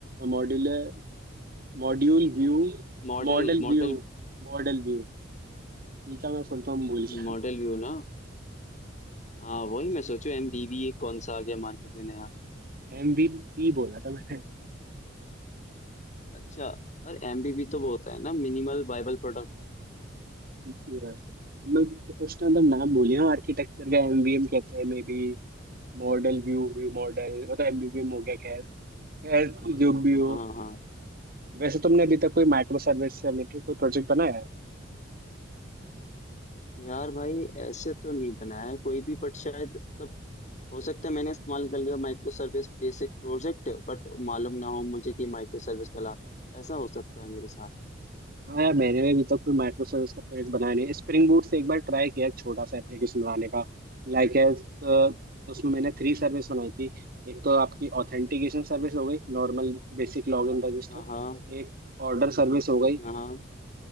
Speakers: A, on the right; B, on the left.
A: modular module view
B: Model
A: model
B: model
A: view model view ठीक है मैं फुल फॉर्म भूल गया
B: मॉडल व्यू ना हाँ वही मैं सोचू एम बी वी कौन सा आ गया मार्केट में नया
A: एम बी पी बोला था मैंने
B: अच्छा और एम बी वी तो वो होता है ना मिनिमल बाइबल प्रोडक्ट
A: Yes. मतलब उसका मतलब नाम भूल गया आर्किटेक्चर का एम बी एम कहते हैं maybe Model view view model मतलब एम बी बी एम हो गया खैर खैर जो भी
B: हाँ
A: हो
B: हाँ हाँ
A: वैसे तुमने अभी तक कोई माइक्रो सर्विस से रिलेटेड कोई प्रोजेक्ट बनाया है
B: यार भाई ऐसे तो नहीं बनाया है कोई भी बट शायद मतलब हो सकता है मैंने इस्तेमाल कर लिया microservice basic project but मालूम ना हो मुझे कि माइक्रो सर्विस कहलाता है ऐसा हो सकता है मेरे साथ
A: हाँ यार मैंने भी अभी तक कोई माइक्रो सर्विस का प्रोजेक्ट बनाया नहीं स्प्रिंग बूट से एक बार ट्राई किया एक छोटा सा एप्लीकेशन बनाने का लाइक एज उसमें मैंने थ्री सर्विस बनाई थी एक तो आपकी ऑथेंटिकेशन सर्विस हो गई नॉर्मल बेसिक लॉगिन रजिस्टर
B: हाँ हाँ
A: एक ऑर्डर सर्विस हो गई
B: हाँ हाँ।